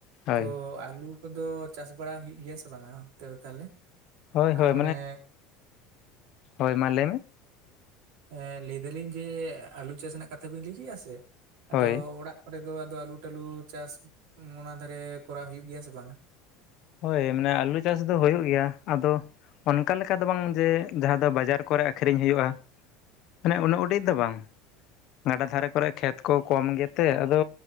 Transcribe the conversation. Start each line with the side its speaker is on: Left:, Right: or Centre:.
Left: ᱦᱳᱭ
Right: ᱛᱚ ᱟᱹᱞᱩ ᱠᱚᱫᱚ ᱪᱟᱥ ᱵᱟᱲᱟ ᱦᱩᱭᱩᱜ ᱜᱮᱭᱟ ᱥᱮ ᱵᱟᱝᱟ ᱚᱱᱛᱮ ᱫᱚ ᱛᱟᱦᱚᱞᱮ
Left: ᱦᱳᱭ ᱦᱳᱭ
Right: ᱟ ᱢᱟᱱᱮ
Left: ᱦᱳᱭ ᱢᱟ ᱞᱟᱹᱭᱢᱮ
Right: ᱦᱮᱸ ᱞᱟᱹᱭ ᱫᱟᱞᱤᱧ ᱡᱮ ᱟᱞᱩ ᱪᱟᱥ ᱨᱮᱱᱟᱜ ᱠᱟᱛᱷᱟ ᱵᱮᱤᱱ ᱞᱟᱹᱭ ᱠᱮᱫᱼᱟ ᱥᱮ ᱟᱫᱚ
Left: ᱦᱳᱭ
Right: ᱚᱲᱟᱜ ᱚᱸᱰᱮ ᱫᱚ ᱟᱫᱚ ᱟᱞᱩ ᱴᱟᱞᱩ ᱪᱟᱥ ᱚᱱᱟ ᱫᱷᱟᱨᱮ ᱠᱚᱨᱟᱣ ᱦᱩᱭᱩᱜ ᱜᱮᱭᱟ ᱥᱮ ᱵᱟᱝᱟ
Left: ᱦᱳᱭ ᱢᱟᱱᱮ ᱟᱹᱞᱩ ᱪᱟᱥ ᱫᱚ ᱦᱩᱭᱩᱜ ᱜᱮᱭᱟ ᱟᱫᱚ ᱚᱱᱠᱟ ᱞᱮᱠᱟ ᱫᱚ ᱵᱟᱝ ᱡᱮ ᱡᱟᱦᱟᱸ ᱫᱚ ᱵᱟᱡᱟᱨ ᱠᱚᱨᱮ ᱟᱠᱠᱷᱨᱤᱧ ᱦᱩᱭᱩᱜᱼᱟ ᱢᱟᱱᱮ ᱩᱱᱟᱹᱜ ᱩᱸᱤᱡ ᱫᱚ ᱵᱟᱝ ᱾ ᱜᱟᱰᱟ ᱫᱷᱟᱨᱮ ᱠᱚᱨᱮ ᱠᱷᱮᱛ ᱠᱚ ᱠᱚᱢ ᱜᱮᱛᱮ ᱟᱫᱚ